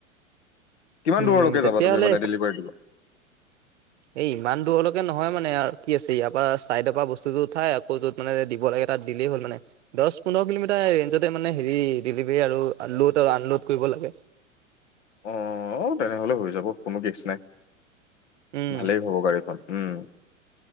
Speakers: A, on the left (about 60°); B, on the right (about 60°).
A: কিমান
B: উম,
A: দূৰলৈকে
B: তেতিয়াহ'লে
A: যাবা তুমি মানে ডেলিভাৰ দিব
B: এ ইমান দূৰলৈকে নহয় মানে আৰু কি আছে ইয়াৰ পৰা চাইডৰ পা বস্তুটো উঠাই আকৌ যত মানে দিব লাগে তাত দিলেই হ'ল মানে। দছ পোন্ধৰ কিলোমিটাৰ ৰেঞ্জতে মানে হেৰি ডেলিভাৰী আৰু লোড আনলোড কৰিব লাগে।
A: অ' তেনেহলে হৈ যাব কোনো কেছ নাই
B: উম
A: ভালেই হব গাড়ীখন উম'